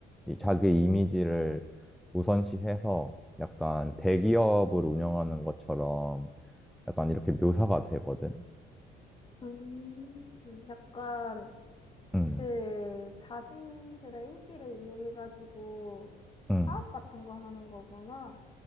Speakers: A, in the centre; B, on the left (about 30°).
A: 이 자기 이미지를 우선시해서 약간 대기업을 운영하는 것처럼 약간 이렇게 묘사가 되거든.
B: 음, 약간
A: 음,
B: 그 자신들의 인기를 이용해가지고
A: 음.
B: 사업 같은 거 하는 거구나.